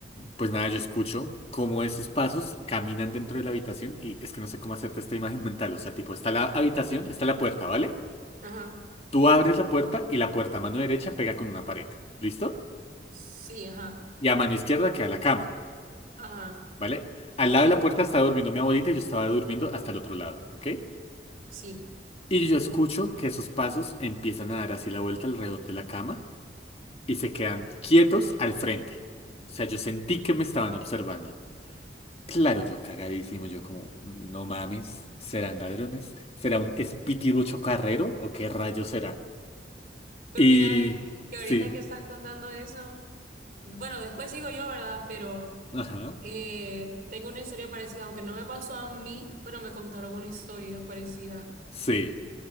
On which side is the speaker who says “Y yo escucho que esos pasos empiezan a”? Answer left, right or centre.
Left